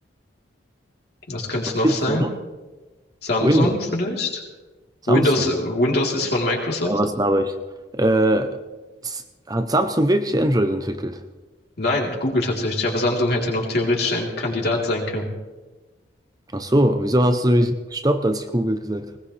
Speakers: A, on the left (about 55°); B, on the right (about 20°).
A: Was könnte
B: Was
A: es noch
B: gibt's
A: sein?
B: denn noch?
A: Samsung
B: Windows,
A: vielleicht?
B: Samsung.
A: Windows, Windows ist von Microsoft.
B: Ja, was laber ich? Äh, s- hat Samsung wirklich Android entwickelt?
A: Nein, Google tatsächlich. Aber Samsung hätte noch theoretisch ein Kandidat sein können.
B: Ach so, wieso hast du mich gestoppt, als ich Google gesagt